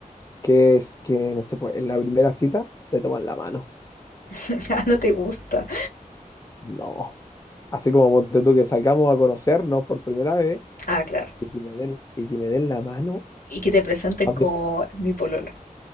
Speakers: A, on the left; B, on the left.
A: que es que, no sé, pues en la primera cita te toman la mano.
B: <laughs> ah, no te gusta.
A: No. Así como ponte tú que salgamos a conocernos por primera vez
B: Ah, claro.
A: y que me den, y que me den la mano,
B: Y que te presenten
A: pa'
B: como
A: mí es
B: mi pololo,